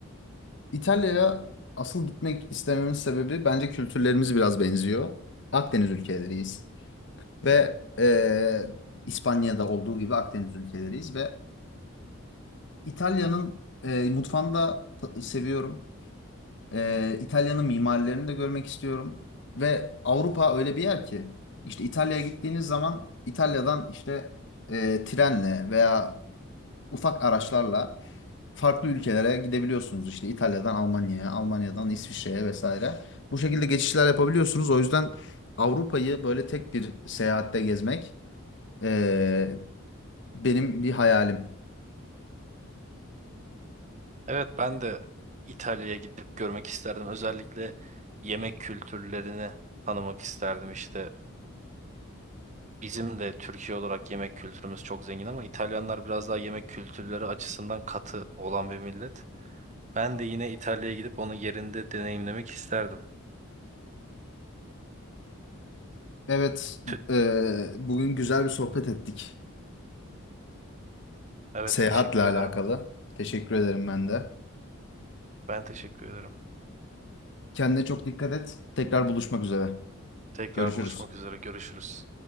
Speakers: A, on the left; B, on the right.
A: İtalya'ya asıl gitmek istememin sebebi bence kültürlerimiz biraz benziyor. Akdeniz ülkeleriyiz ve e, İspanya'da olduğu gibi Akdeniz ülkeleriyiz ve İtalya'nın e, mutfağını da ta- seviyorum. E, İtalya'nın mimarilerini de görmek istiyorum ve Avrupa öyle bir yer ki işte İtalya'ya gittiğiniz zaman İtalya'dan işte e, trenle veya ufak araçlarla farklı ülkelere gidebiliyorsunuz. İşte İtalya'dan Almanya'ya, Almanya'dan İsviçre'ye vesaire. Bu şekilde geçişler yapabiliyorsunuz. O yüzden Avrupa'yı böyle tek bir seyahatte gezmek eee, benim bir hayalim.
B: Evet ben de İtalya'ya gidip görmek isterdim. Özellikle yemek kültürlerini tanımak isterdim işte. Bizim de Türkiye olarak yemek kültürümüz çok zengin ama İtalyanlar biraz daha yemek kültürleri açısından katı olan bir millet. Ben de yine İtalya'ya gidip onu yerinde deneyimlemek isterdim.
A: Evet,
B: Tü-
A: eee, bugün güzel bir sohbet ettik
B: Evet
A: seyahatle
B: teşekkür
A: alakalı.
B: ederim.
A: Teşekkür ederim ben de.
B: Ben teşekkür ederim.
A: Kendine çok dikkat et. Tekrar buluşmak üzere.
B: Tekrar
A: Görüşürüz.
B: buluşmak üzere. Görüşürüz.